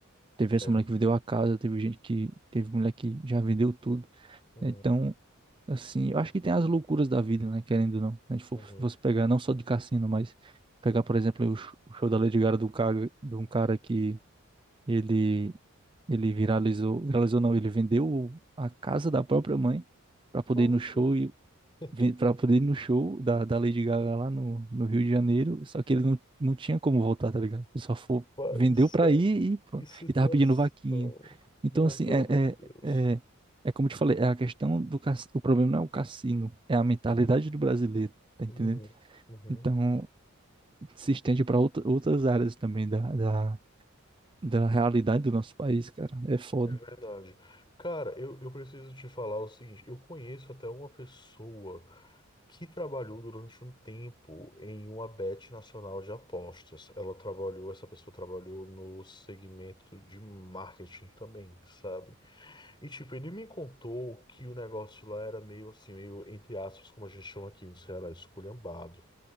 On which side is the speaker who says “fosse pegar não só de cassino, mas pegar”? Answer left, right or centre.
Right